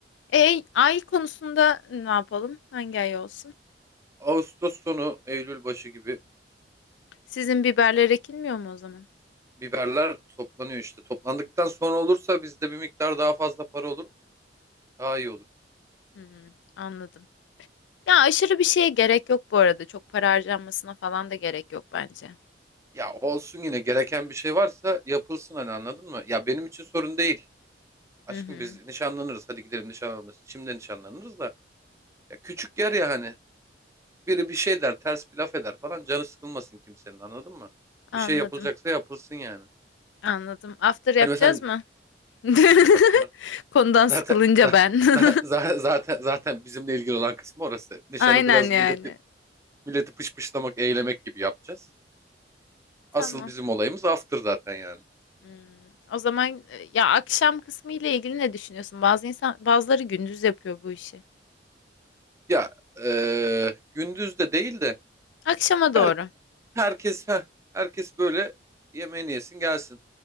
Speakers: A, on the left; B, on the right.
A: E, ay konusunda ne yapalım? Hangi ay olsun?
B: Ağustos sonu, Eylül başı gibi
A: Sizin biberler ekilmiyor mu o zaman?
B: biberler toplanıyor işte. Toplandıktan sonra olursa bizde bir miktar daha fazla para olur. Daha iyi olur.
A: Hmm, anladım. Ya aşırı bir şeye gerek yok bu arada. Çok para harcanmasına falan da gerek yok bence.
B: Ya olsun yine gereken bir şey varsa yapılsın hani anladın mı? Ya benim için sorun değil. Aşkım
A: Hı hı.
B: biz nişanlanırız. Hadi gidelim nişanlanırız. Şimdi nişanlanırız da. Ya küçük yer ya hani. Biri bir şey der, ters bir laf eder falan. Canı sıkılmasın kimsenin anladın mı?
A: Anladım.
B: Bir şey yapılacaksa yapılsın yani.
A: Anladım. After yapacağız
B: Hani mesela
A: mı? <laughs>
B: tabii canım.
A: Konudan
B: Zaten
A: sıkılınca
B: za-
A: ben. <laughs>
B: za- za- zaten zaten bizimle ilgili olan kısmı orası. Nişanı
A: Aynen
B: biraz
A: yani.
B: milleti milleti pışpışlamak, eğlemek gibi yapacağız.
A: Tamam.
B: Asıl bizim olayımız after zaten yani.
A: Hmm, O zaman e, ya akşam kısmı ile ilgili ne düşünüyorsun? Bazı insan bazıları gündüz yapıyor bu işi.
B: Ya eee, gündüz de değil de
A: Akşama doğru.
B: her, herkes heh, herkes böyle yemeğini yesin gelsin.